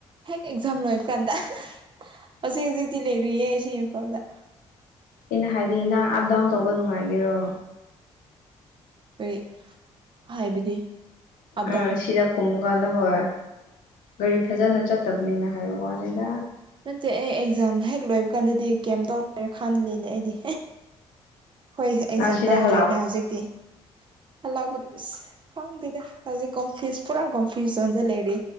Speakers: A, on the right; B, on the left.
A: ꯍꯦꯛ ꯑꯦꯛ ꯖꯥꯝ ꯂꯣꯏꯕ ꯀꯥꯟꯗ ꯍꯧꯖꯤꯛ ꯍꯧꯖꯤꯛꯇꯤ ꯂꯩꯔꯤꯌꯦ ꯁꯤ ꯏꯝꯐꯥꯜꯗ
B: ꯑꯩꯅ ꯍꯥꯏꯗꯤ ꯅꯪ ꯑꯞ ꯗꯥꯎꯟ ꯇꯧꯕ ꯅꯨꯡꯉꯥꯏꯒꯦꯔꯣ
A: ꯀꯔꯤ ꯍꯥꯏꯕꯗꯤ ꯑꯞ
B: ꯑꯥ
A: ꯗꯥꯎꯟ
B: ꯁꯤꯗ ꯀꯨꯝꯀꯥꯟꯗ ꯍꯣꯏ ꯒꯥꯔꯤ ꯐꯖꯅ ꯆꯠꯇꯕꯅꯤꯅ ꯍꯥꯏꯕ ꯋꯥꯅꯤꯗ
A: ꯅꯠꯇꯦ ꯑꯩ ꯑꯦꯛꯖꯥꯝ ꯍꯦꯛ ꯂꯣꯏꯕ ꯀꯥꯟꯗꯗꯤ ꯀꯩꯝ ꯇꯧꯔꯦ ꯈꯜꯂꯤꯅꯦ ꯑꯩꯗꯤ ꯈꯣꯏ ꯑꯦꯛꯖꯥꯝ
B: ꯅꯪ ꯁꯤꯗ
A: ꯇꯧꯗ꯭ꯔꯤꯅ
B: ꯍꯜꯂꯛꯑꯣ
A: ꯍꯧꯖꯤꯛꯇꯤ ꯍꯜꯂꯛꯄꯗꯤ ꯏꯁ ꯈꯪꯗꯦꯗ ꯍꯧꯖꯤꯛ ꯒꯣꯝꯐꯤꯁ ꯄꯨꯔꯥ ꯒꯣꯝꯐꯤꯁ ꯖꯣꯟꯗ ꯂꯩꯔꯤ